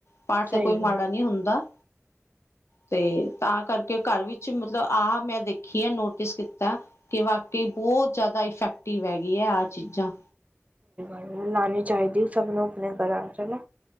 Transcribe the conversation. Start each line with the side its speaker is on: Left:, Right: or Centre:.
Left: ਪਾਠ ਤੇ
Right: ਸਹੀ
Left: ਕੋਈ ਮਾੜਾ
Right: ਗੱਲ
Left: ਨੀ ਹੁੰਦਾ। ਤੇ ਤਾਂ ਕਰਕੇ ਘਰ ਵਿੱਚ ਮਤਲਬ ਆਹ ਮੈਂ ਦੇਖਿਆ ਨੋਟਿਸ ਕੀਤਾ। ਕਿ ਵਾਕਈ ਬਹੁਤ ਜ਼ਿਆਦਾ ਇਫੈਕਟਿਵ ਹੈਗੀਆ ਆਹ ਚੀਜ਼ਾਂ।
Right: ਹੋਰ ਲਾਣੀ ਚਾਹੀਦੀ ਸਭ ਨੂੰ ਆਪਣੇ ਘਰਾਂ ਹਨਾ।